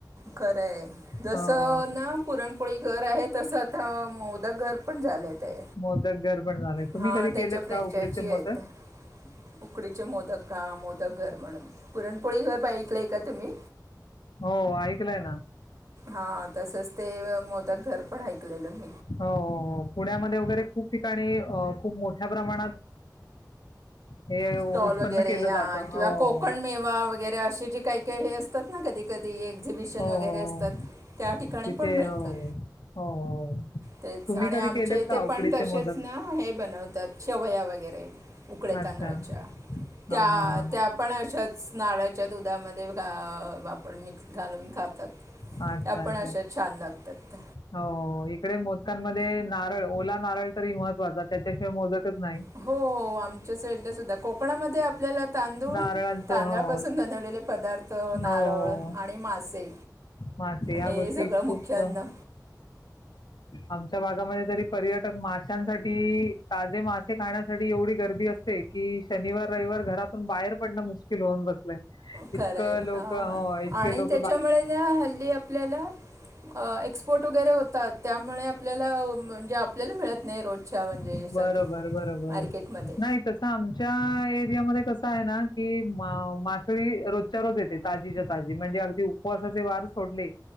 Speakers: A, on the right; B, on the left.
A: खरंय जस
B: हो,
A: ना पुरणपोळी घर आहे तसच आता मोदक घर पण झालंय ते.
B: मोदक घरबण झालय. तुम्ही
A: हां
B: कधी
A: त्याच्या
B: केलेत
A: फ्रँचायची
B: का उकडीचे मोदक?
A: आहेत उकडीचे मोदक का मोदक घर म्हणून, पुरणपोळी घर बा ऐकलंय का तुम्ही?
B: हो ऐकलंय ना.
A: हां तसच ते मोदक घर पण ऐकलेलं मी.
B: हो पुण्यामध्ये वगैरे खूप ठिकाणी अ खूप मोठ्या प्रमाणात हे
A: स्टॉल
B: उत्पन्न
A: वगैरे
B: केलं
A: हं
B: जातं.
A: किंवा
B: हो,
A: कोकण मेवा वै वगैरे अशी जे काही काही हे असतात. कधी कधी एक्झिबिशन
B: हो, हो.
A: वगैरे असतात त्या ठिकाणी
B: तिथे
A: पण मिळतात.
B: हो, हो हो.
A: तेच
B: तुम्ही
A: आणि
B: कधी
A: आमच्या
B: केलेत
A: इथे
B: का उकडीचे
A: पण तसेच
B: मोदक?
A: ना हे बनवतात शेवया वगैरे उकड्या
B: अच्छा.
A: तांदळाच्या त्या
B: हां, हां,
A: त्या पण अशाच नारळाच्या दुधामध्ये मिक्स घालून खातात.
B: हां. अच्छा,
A: त्या पण
B: अच्छा.
A: अशा छान लागतात.
B: हो इकडे मोदकांमध्ये नारळ ओला नारळ तरी महत्त्वाचा त्याच्याशिवाय मोदकच नाही.
A: हो हो आमच्या साईडला सुद्धा कोकणामध्ये आपल्याला तांदूळ
B: नारळांचं
A: तांदळापासून
B: हो,
A: बनवलेले पदार्थ नारळ
B: हो,
A: आणि मासे
B: मासे या
A: हे
B: गोष्टी
A: सगळं
B: खूप
A: मुख्य अन्न
B: अ आमच्या भागामध्ये तरी पर्यटक माशांसाठी ताजे मासे खाण्यासाठी एवढी गर्दी अस ते की शनिवार, रविवार घरातून बाहेर पडणं मुश्किल होऊन बसलंय.
A: खरं
B: इतकं
A: आहे
B: लोक
A: हां
B: हो इतके
A: आणि
B: लोक
A: त्याच्यामुळे ज्या हल्दी आपल्याला एक्सपोर्ट वगैरे होतात त्यामुळे आपल्याला म्हणजे आपल्याला मिळत नाही रोजच्या म्हणजेसाठी
B: बरोबर, बरोबर.
A: मार्केटमध्ये
B: नाही तसं आमच्या एरियामध्ये कसं आहे ना की मा-मासोळी रोजच्या रोज येते. ताजीच्या ताजी म्हणजे अगदी उपवासाचे वार सोडले